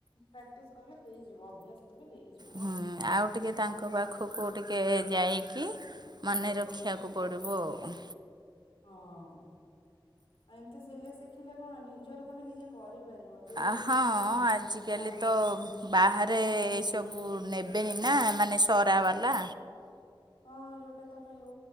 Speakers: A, on the left; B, on the right.
A: ପ୍ରାକ୍ଟିସ କଲେ ହେଇଯିବ ଅଭ୍ୟାସ କଲେ ହେଇଯି
B: ହୁଁ ଆଉ ଟିକେ ତାଙ୍କ ପାଖକୁ ଟିକେ ଯାଇକି ମନେ ରଖିବାକୁ ପଡ଼ିବ ଆଉ
A: ହଁ ଆଉ ଏମିତି ସିଲେଇ ଶିଖିଲେ କଣ ନିଜର ତମେ ନିଜେ କରିପାରିବ। ଯୋଉ
B: ଆ ହଁ
A: ଉଁ
B: ଆଜିକାଲି
A: ଦା
B: ତ ବାହାରେ
A: ସବ
B: ଏ ସବୁ ନେବେ ନା ମାନେ ସରା ବାଲା।
A: ହଁ ଯୋଉଟା ତମେ ୟୁ